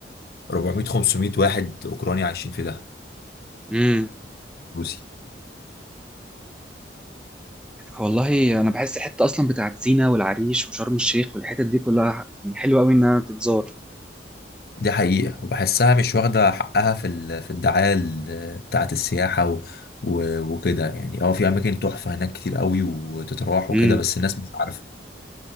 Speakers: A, on the left; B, in the centre.
A: 400 500 واحد أوكراني عايشين في دهب
B: امم
A: روسي
B: والله انا بحس الحته اصلا بتاعت سينا والعريش وشرم الشيخ والحتت دي كلها يعني حلوه قوي انها تتزار
A: دي حقيقة وبحسها مش واخدة حقها في ال... في الدعاية ال- بتاعة السياحة و... و... وكده يعني اه في أماكن تحفة هناك كتير قوي وتتراح
B: امم
A: وكده بس الناس مش عارفة